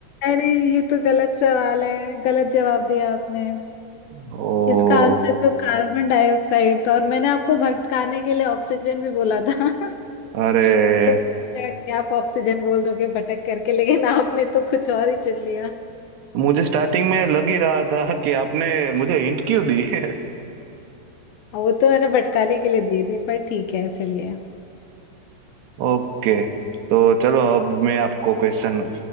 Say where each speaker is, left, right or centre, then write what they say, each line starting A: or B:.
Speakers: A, on the left; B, on the right.
A: अरे ये तो गलत सवाल है गलत जवाब दिया आपने
B: ओ
A: इसका आंसर तो कार्बन डाइऑक्साइड था और मैंने आपको भटकाने के लिए ऑक्सीजन भी बोला था <laughs>
B: अरे
A: तो क्या आप ऑक्सीजन बोल दोगे भटक करके लेकिन आपने तो कुछ और ही चुन लिया
B: मुझे स्टार्टिंग में लग ही रहा था कि आपने मुझे हिंट क्यों दी <laughs> है
A: वो तो मैंने भटकाने के लिए दी थी पर ठीक है चलिए
B: ओके तो चलो अब मैं आपको क्वेश्चन